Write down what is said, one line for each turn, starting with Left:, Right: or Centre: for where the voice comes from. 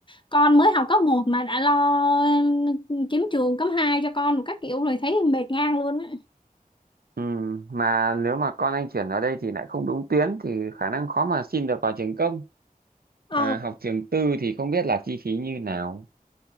Left: con mới học cấp một mà đã lo ừ, kiếm trường cấp 2 cho con một các kiểu rồi thấy mệt ngang luôn á.
Right: Ừ, mà nếu mà con anh chuyển vào đây thì lại không đúng tuyến thì khả năng khó mà xin được vào trường công.
Left: Ờ,
Right: Mà học trường tư thì không biết là chi phí như nào.